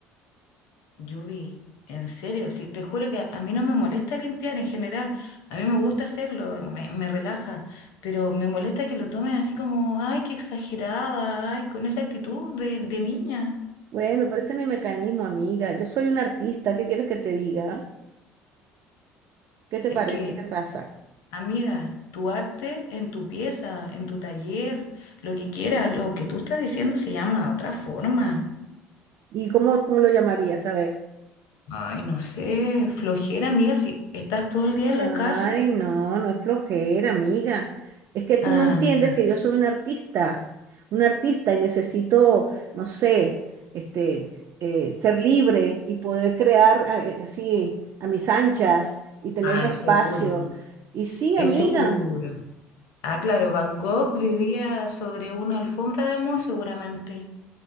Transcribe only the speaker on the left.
Yubi, en serio, sí, te juro que a, a mí no me molesta limpiar en general, a mí me gusta hacerlo, me, me relaja, pero me molesta que lo tomes así como, ay, qué exagerada, ay, con esa actitud de, de niña.
Es
que,
amiga, tu arte en tu pieza, en tu taller, lo que quieras, lo que tú estás diciendo se llama de otra forma.
Ay, no sé, flojera, amiga, si estás todo el día
en la casa.
Ah,
ya.
Ay,
seguro,
es
seguro. Ah, claro, Van Gogh vivía sobre una alfombra de moho seguramente.